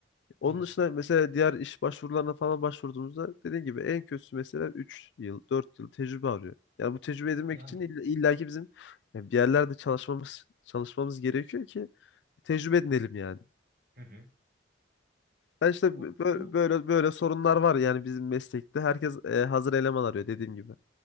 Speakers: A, on the left; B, on the right.
A: Onun
B: Evet.
A: dışında mesela diğer iş başvurularına falan başvurduğumuzda dediğim gibi en kötüsü mesela 3 yıl, 4 yıl tecrübe arıyor. Yani bu tecrübe edinmek
B: Yani.
A: için ill- illaki bizim yani bir yerlerde çalışmamız çalışmamız gerekiyor ki tecrübe edinelim yani.
B: Hı hı.
A: Ben işte bö-
B: Ama bu
A: böyle böyle sorunlar var yani bizim meslekte. Herkes e, hazır eleman arıyor dediğim gibi.